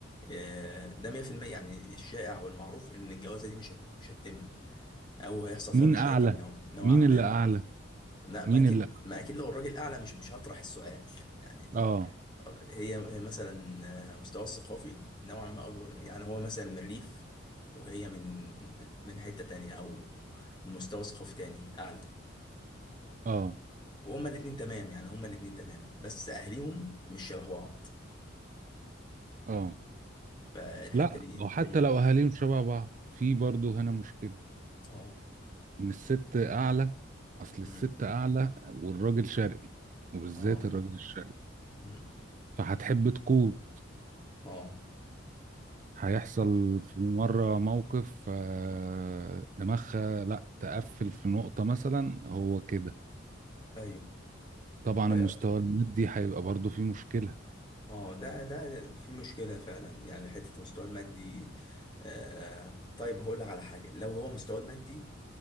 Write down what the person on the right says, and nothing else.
مين
اعلى
مين
اللي اعلى
مين
اللي
اه
اه
اه
لا
وحتى
لو اهاليهم شبه بعض في برضه هنا مشكلة
ان الست اعلى اصل
الست اعلى والراجل شرقي وبالذات
الراجل الشرقي
فهتحب تقود
هيحصل
في مرة موقف آه، دماغها لا تقفل في نقطة مثلا هو كده
طبعا
المستوى المادي هيبقى برضه فيه مشكلة